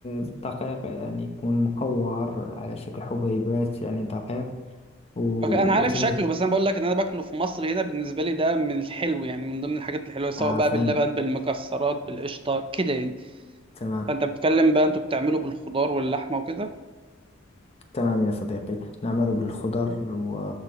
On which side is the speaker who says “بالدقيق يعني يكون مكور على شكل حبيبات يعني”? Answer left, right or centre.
Left